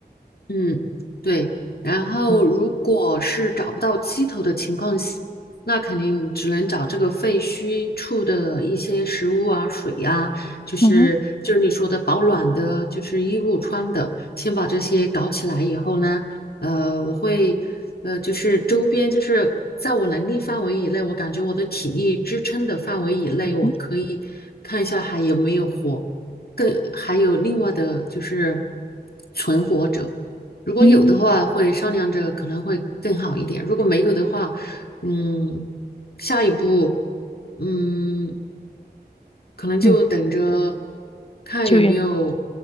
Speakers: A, on the left; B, on the left.
A: 嗯，对。然后，
B: 嗯
A: 如果是找不到鸡头的情况下，那肯定只能找这个废墟处的一些食物啊、水呀、就是就是你说的保暖的，
B: 嗯哼
A: 就是衣物穿的，先把这些搞起来以后呢，呃，我会呃，就是周边，就是在我能力范围以内，我感觉我的体力支撑的范围以内，
B: 嗯哼
A: 我可以看一下还有没有活，更还有另外的就是存活者，如果有的话，
B: 嗯，
A: 会商量着可能会更好一点；如果没有的话，嗯，下一步，嗯，可能就等着
B: 嗯
A: 看有没有，
B: 救援。